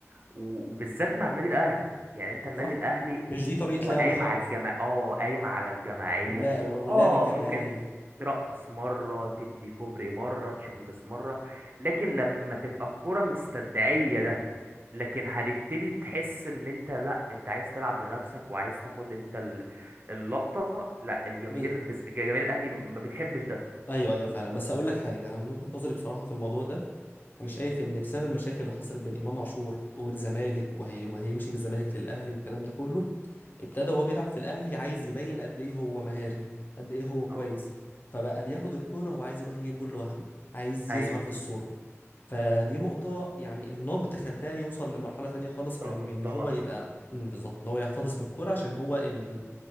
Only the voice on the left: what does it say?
صح
مش دي طريقه
لعبه
خالص
اللا- واللعب
الجماعي
و...
ب...
ايوه ايوه فعلا بس اقول لك حاجه انا من وجهه نظري بصراحه في الموضوع ده انا
شايف ان بسبب المشاكل اللي حصلت بين امام عاشور والزمالك وهي وهيمشي من الزمالك للاهلي والكلام ده كله ابتدى وهو بيلعب في الاهلي عايز يبين قد ايه هو مهاري قد ايه هو كويس
فبقى بياخد الكوره وعايز يروح يجيب جول لوحده عايز
يظهر في الصوره فدي نقطه يعني النقد خلاه يوصل لمرحله تانية خالص
من من ان
هو
يبقى
مم، بالظبط ان هو يحتفظ بالكوره عشان هو ال-